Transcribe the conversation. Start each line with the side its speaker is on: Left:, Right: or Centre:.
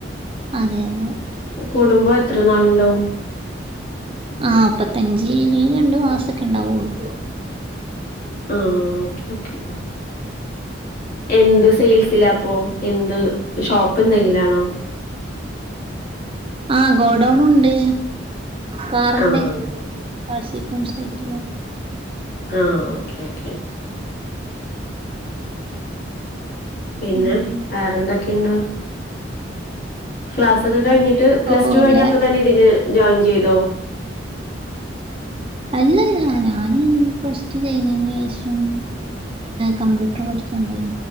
Right: അതെ അതെ
Left: കൂടുമ്പോൾ എത്ര നാളുണ്ടാവും
Right: ആ നൽപ്പത്തഞ്ച് ഇല്ലെകിൽ രണ്ടു മാസൊക്കെ ഇണ്ടാവുള്ളു
Left: ആ ഓക്കെ ഓക്കെ എന്ത് സെയിൽസില അപ്പൊ എന്ത് ഷോപ്പെന്തെങ്കിലുമാണോ
Right: ആ ഗോഡൗണുണ്ട് കാറിന്റെ
Left: ആഹ്
Right: <unintelligible>
Left: ആഹ്. ആ ഓക്കെ ഓക്കെ പിന്നെ
Right: ഉം
Left: വേറെന്തൊക്കെയുണ്ട് ക്ലാസ്സൊക്കെ കഴിഞ്ഞി ട്ട് പ്ലസ്
Right: ഓ
Left: ടു കഴിഞ്ഞപ്പോ
Right: അല്ല
Left: തന്നെ ഇതിന് ജോയിൻ ചെയ്തോ
Right: അല്ലല്ല ഞാന് പ്ലസ്‌ ടു കഴിഞ്ഞതിനുശേഷം കമ്പ്യൂർ പഠിച്ചാൻ പോയി